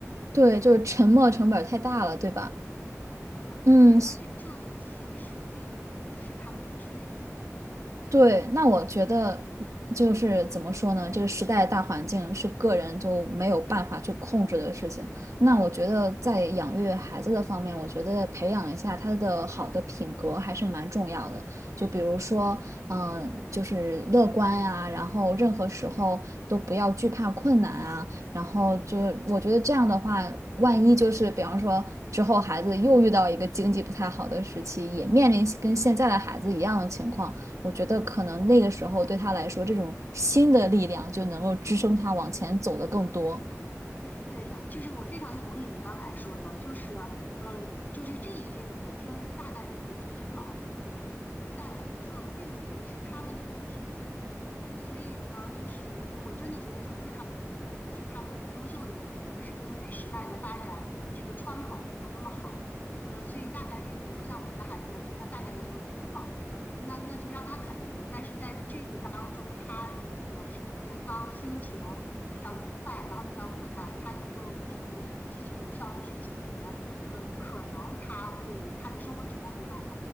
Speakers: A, on the right (about 70°); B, on the left (about 30°).
A: 对，就是沉没成本太大了，对吧？
B: 对的，
A: 嗯，
B: 对的，而且这其实并不是他们自身的原因。
A: 对，那我觉得就是怎么说呢？这个时代的大环境是个人就没有办法去控制的事情。那我觉得在养育孩子的方面，我觉得培养一下他的好的品格还是蛮重要的。就比如说，嗯、就是乐观呀、然后任何时候都不要惧怕困难啊。然后就我觉得这样的话，万一就是比方说之后孩子又遇到一个经济不太好的时期，也面临跟现在的孩子一样的情况。我觉得可能那个时候对他来说，这种新的力量就能够支撑他往前走的更多。
B: 对的，就是我非常同意你刚才说的，就是呃，就是这一届的年轻人大概率会啃老，但这并不是他们的问题，呃，所以呢，就是呃我真的觉得这不是他们的问题，这不是他们不优秀的问题，而是因为时代的发展，这个窗口没有那么好。呃，所以大概率，比如说像我的孩子，我觉得他大概率就会啃老，呃，那那就让他啃呗。但是在这个当中，他如果身体健康、心情比较愉快，然后遇到困难，他能够去积极有效的去解决，呃，可能他会他的生活质量会更好。